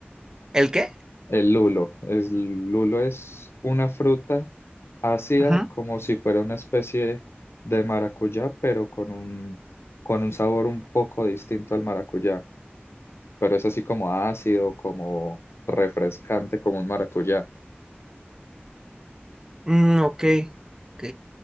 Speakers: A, on the right (about 15°); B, on the left (about 85°).
A: ¿el qué?
B: El lulo. El lulo es una fruta ácida
A: Ujú.
B: como si fuera una especie de maracuyá, pero con un, con un sabor un poco distinto al maracuyá. Pero es así como ácido, como refrescante, como un maracuyá.
A: Mm, ok, ok.